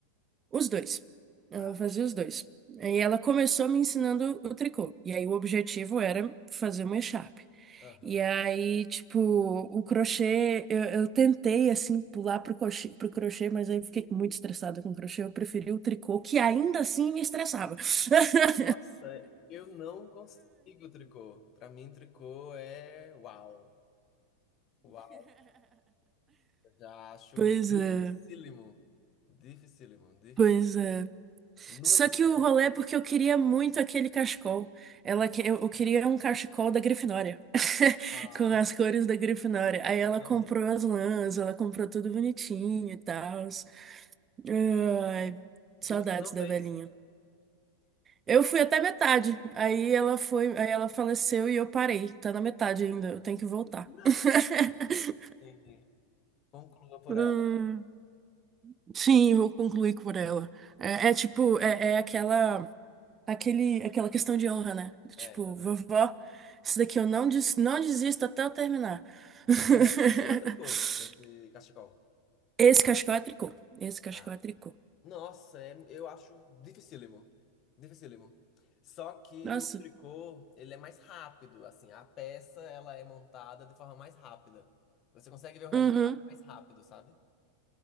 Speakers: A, on the right (about 25°); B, on the left (about 35°).
A: Os dois. Ela
B: Ah,
A: fazia os dois. Aí ela começou me ensinando o tricô. E aí o objetivo era fazer uma echarpe.
B: aham.
A: E aí, tipo, o crochê, eu, eu tentei, assim, pular pro crochê, pro crochê, mas aí eu fiquei muito estressada com o crochê. Eu preferi o tricô, que ainda assim me estressava. <laughs>
B: Nossa, eu não consigo tricô. Pra mim, tricô é uau. Uau. Eu Já acho
A: Pois
B: dificílimo.
A: é,
B: Dificílimo, dificílimo.
A: pois é.
B: Nunca
A: Só
B: consegui.
A: que o rolê é porque eu queria muito aquele cachecol. Ela, que- eu, eu queria um cachecol da Grifinória, <laughs>
B: Nossa.
A: com as cores da Grifinória. Aí ela
B: aham.
A: comprou as lãs, ela comprou tudo bonitinho e tal. Ai, saudades
B: E você não
A: da
B: fez?
A: velhinha. Eu fui até metade. Aí ela foi, aí ela faleceu e eu parei. Tá na metade ainda, eu tenho que voltar.
B: Não.
A: <laughs>
B: Entendi. Conclua por
A: Hum,
B: ela.
A: sim, vou concluir por ela. É, é tipo, é, é aquela. aquele, aquela questão de honra, né?
B: É,
A: Tipo,
B: exatamente.
A: vovó, isso daqui eu não, des, não desisto até eu terminar. <laughs>
B: Mas é crochê ou tricô, esse cachecol?
A: Esse cachecol é tricô. Esse cachecol
B: Ah.
A: é tricô.
B: Nossa, é- eu acho dificílimo. Dificílimo. Só que
A: Nossa.
B: o tricô, ele é mais rápido, assim, a peça, ela é montada de forma mais rápida. Você consegue ver o resultado
A: Uhum,
B: mais rápido, sabe?